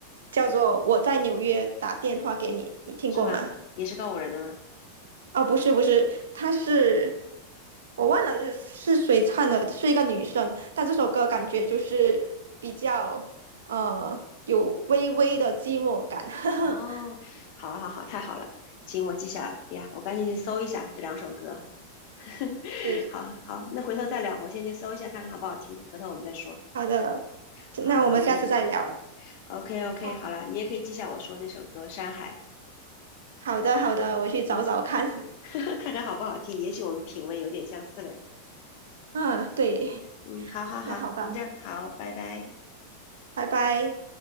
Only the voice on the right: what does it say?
叫做《我在纽约打电话给你》，你听过吗？
哦，不是不是，她是我忘了是是谁唱的，是一个女生，但这首歌感觉就是比较呃有微微的寂寞感。<laughs>
对，
好的，
那我们下次再聊。
好，
好的好的，我去找找看。
<laughs>
嗯，对，
那好吧，
拜拜。